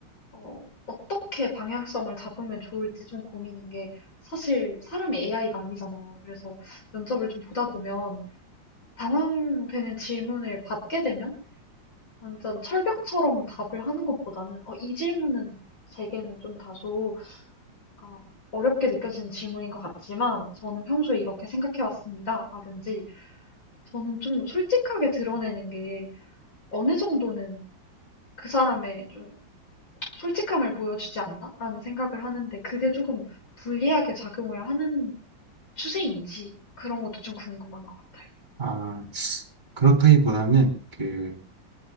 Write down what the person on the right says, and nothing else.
아, 그렇다기보다는 그